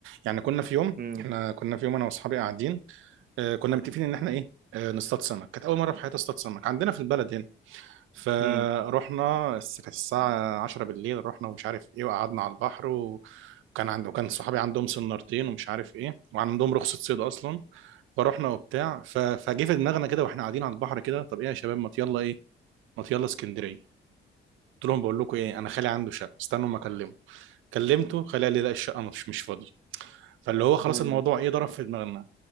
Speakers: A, on the right; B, on the right.
A: يعني كنا في يوم
B: مم،
A: احنا كنا في يوم انا واصحابي قاعدين آه كنا متفقين ان احنا ايه آه نصطاد سمك كانت اول مره في حياتي اصطاد سمك عندنا في البلد هنا فروحنا
B: مم،
A: الس- كانت الساعة 10 بالليل رحنا ومش عارف ايه وقعدنا على البحر و- وكان عنده كان صحابي عندهم سنارتين ومش عارف ايه وعندهم رخصة صيد اصلا فروحنا وبتاع ف- فجه في دماغنا كده واحنا قاعدين على البحر كده طب ايه يا شباب ما يلا ايه ما يلا اسكندرية قلت لهم بقول لكم ايه انا خالي عنده شقة استنوا ما اكلمه كلمته خالي قال لي لا الشقة مش مش فاضية فاللي هو خلاص
B: مم.
A: الموضوع ايه ضرب في دماغنا